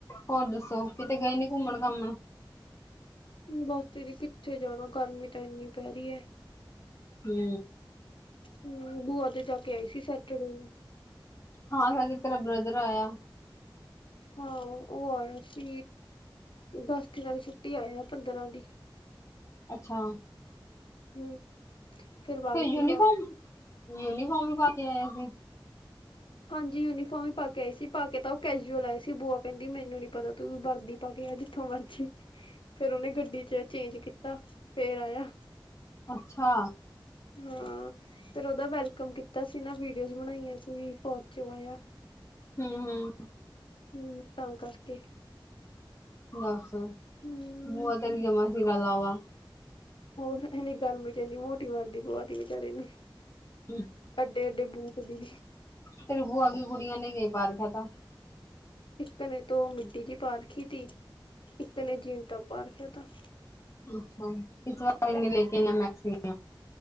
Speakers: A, on the left (about 35°); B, on the left (about 75°).
A: ਹੋਰ ਦੱਸੋ ਕਿਤੇ
B: ਹਮ
A: ਗਏ ਨੀ ਘੁੰਮਣ ਘਾਮਣ
B: ਬਸ ਦੀਦੀ ਕਿੱਥੇ ਜਾਣਾ ਗਰਮੀ ਤਾਂ ਇੰਨੀ ਪੈ ਰਹੀ ਹੈ
A: ਹੂੰ
B: ਹੂੰ ਬੂਆ ਤੇ ਜਾ ਕੇ ਆਈ ਸੀ ਸੈਟਰਡੇ ਨੂੰ
A: ਹਾਂ ਸੱਚ ਤੇਰਾ ਬ੍ਰਦਰ ਆਇਆ
B: ਹਾਂ ਉਹ ਆਇਆ ਸੀ ਦਸ ਦਿਨਾਂ ਦੀ ਛੁੱਟੀ ਆਇਆ ਪੰਦਰਾਂ ਦੀ
A: ਅੱਛਾ
B: ਹੂੰ ਫੇਰ ਵਗ
A: ਫਿਰ ਯੂਨੀਫਾਰਮ
B: ਜੂਗਾ
A: ਯੂਨੀਫਾਰਮ ਵੀ ਪਾ ਕੇ ਆਇਆ ਸੀ
B: ਹਾਂਜੀ ਯੂਨੀਫਾਰਮ ਹੀ ਪਾ ਕੇ ਆਏ ਸੀ ਪਾ ਕੇ ਤਾਂ ਉਹ ਕੈਜੂਅਲ ਆਏ ਸੀ ਬੁਆ ਕਹਿੰਦੀ ਮੈਨੂੰ ਨੀ ਪਤਾ ਤੂੰ ਵਰਦੀ ਪਾ ਕੇ ਜਿੱਥੋਂ ਮਰਜੀ ਫੇਰ ਉਹਹਨੇ ਗੱਡੀ ਚ ਚੇਂਜ ਕੀਤਾ ਫੇਰ ਆਇਆ
A: ਅੱਛਾ
B: ਹਾਂ ਫਿਰ ਉਹਦਾ ਵੈਲਕਮ ਕੀਤਾ ਸੀ ਨਾ ਵੀਡੀਓਜ਼ ਬਣਾਈਆਂ ਸੀ ਵੀ ਫੌਜ ਚ ਆਇਆ
A: ਹੂੰ ਹੂੰ
B: ਹੂੰ ਤਾਂ ਕਰਕੇ
A: ਬੱਸ
B: ਹੂੰ
A: ਬਧਰੀ ਜਮਾ ਸੀਰਾ ਲਾਵਾ
B: ਹੋਰ ਇੰਨੀ ਗਰਮੀ ਚ ਇੰਨੀ ਮੋਟੀ ਵਰਦੀ ਪਵਾ ਤੀ ਵਿਚਾਰੇ ਨੂੰ
A: ਹੰ
B: ਡੇ ਡੇ ਬੂਟ ਦੀ
A: ਪ੍ਰਿਭੂ ਆਗੀ ਗੁੜੀਆਂ ਨੇ ਕਾ ਰੱਖਾ ਥਾ।
B: ਇੱਕ ਤ ਨੇ ਤੋ ਮਿੱਡੀ ਜੀ ਪਾ ਰਖੀ ਥੀ, ਇੱਕ ਨੇ ਜੀਨ ਟੋਪ ਪਾ ਰਖਿਆ ਥਾਂ।
A: ਅੱਛਾ ਇਸ ਵਾਰ ਲੈ ਕੇ ਇਨਾ ਮੈਕਸੀ